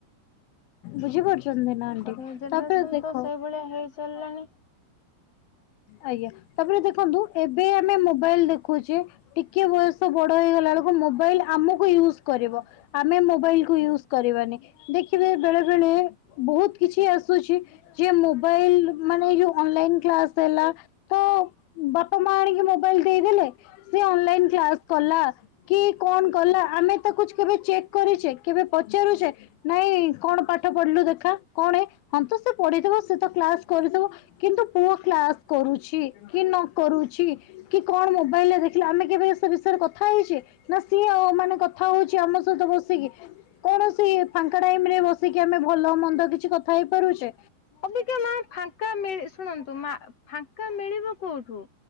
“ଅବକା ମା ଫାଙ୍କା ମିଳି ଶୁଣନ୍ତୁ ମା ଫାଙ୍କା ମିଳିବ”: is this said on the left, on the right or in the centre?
Left